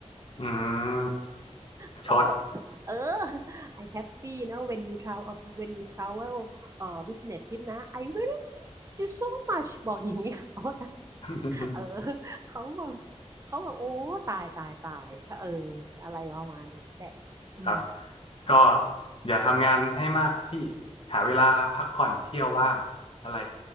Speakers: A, on the left (about 50°); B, on the right (about 25°).
A: อืมประชด
B: เขาแบบเออ I happy นะ when you travel when you travel เอ่อ business trip นะ I really miss you so much บอกอย่างนี้เขานะ
A: <laughs>
B: เออเขาแบบเขาแบบโอ้ตายตายตายเอออะไรประมาณนี้แหละอืม
A: ครับก็อย่าทำงานให้มากพี่หาเวลาพักผ่อนเที่ยวว่างอะไร